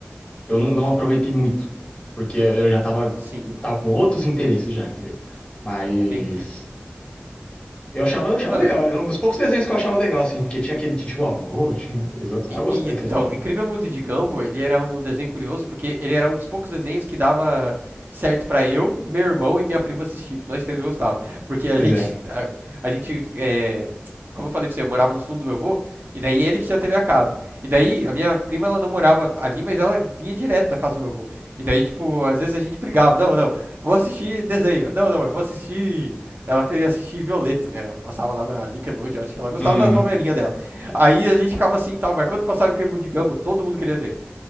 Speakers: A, on the left; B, on the right.
A: eu não, não aproveitei muito, porque eu já tava,
B: Sim,
A: tava com outros interesses já, entendeu? Mas
B: entendi.
A: eu achava, eu achava
B: Mano,
A: legal, era um dos poucos desenhos que eu achava legal, assim, porque tinha aquele titio avô, tinha aqueles outros
B: E-
A: lá, eu gostei.
B: e-
A: quer
B: então,
A: dizer,
B: Incrível Mundo de Gumball, ele era um desenho curioso porque ele era um dos poucos desenhos que dava certo pra eu, meu irmão e minha prima assistir, que nós três gostava, porque a
A: Pois
B: gente,
A: é.
B: a, a gente, é, como eu falei pra você, eu morava nos fundos do meu avô, e daí ele que já teve a cabo, e daí a minha prima ela não morava ali, mas ela vinha direto na casa do meu avô, e daí tipo às vezes a gente brigava, não, não, vou assistir desenho, não, não, eu vou assistir, ela queria assistir Violeta, né? Eu passava lá na Nickelodeon, acho que ela gostava
A: Hum,
B: das novelinhas dela. Aí a gente ficava assim e tal, mas quando passava aquele mundo de Gumball, todo mundo queria ver.